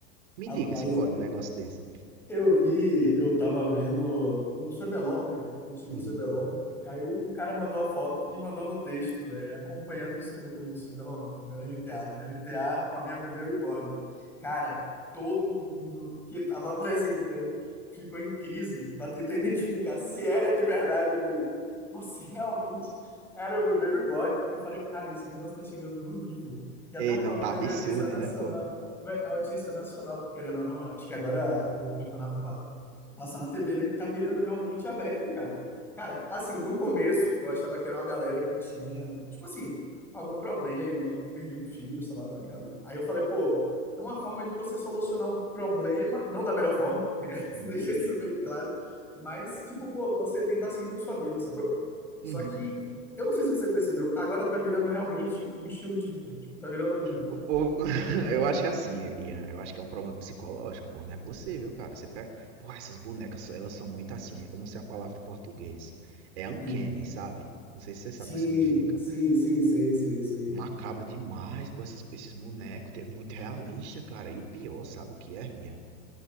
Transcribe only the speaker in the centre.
Rapaz.
Eu vi, eu tava vendo o CBLOL, né? O antigo
CBLOL, né? E aí um cara mandou a foto e mandou no texto, é, acompanhando o, C- o CBLOL, não, agora é LTA, né? LTA com a minha bebê reborn. Cara, todo mundo que tava apresentando ficou em crise pra tentar identificar se era de verdade o bebê ou se realmente era o bebê reborn. Eu falei, cara, esse negócio tá chegando no nível que
até um
programa
de audiência nacional.
Vé, Audiência nacional, porque querendo ou não, acho que agora o campeonato pa- passa na TV, né? Tá virando realmente aberto, cara. Cara, assim, no começo eu achava que era uma galera que tinha, tipo assim, algum problema de ter perdido o filho, sei lá, tá ligado? Aí eu falei, pô, é uma forma de você solucionar um problema, não da melhor forma, queria
<laughs> deixar isso bem claro, mas, tipo, pô, você tentar seguir com sua vida, sacou? Só
que, eu não sei se você percebeu, agora tá virando realmente um estilo de vida, tipo, tá virando
um.
Sim,
sim, sim, sei, sei, sei.